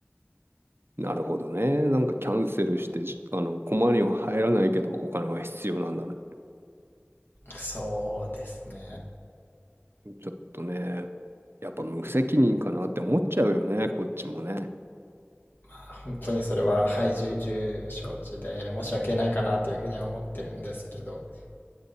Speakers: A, on the right; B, on the left.
A: なるほどね。なんかキャンセルして、じあの、駒には入らないけど、お金は必要なんだね。
B: そうですね。
A: ちょっとね、やっぱ無責任かなって思っちゃうよね、こっちもね。
B: あ本当にそれは、はい、重々承知で申し訳ないかなというふうには思ってるんですけど、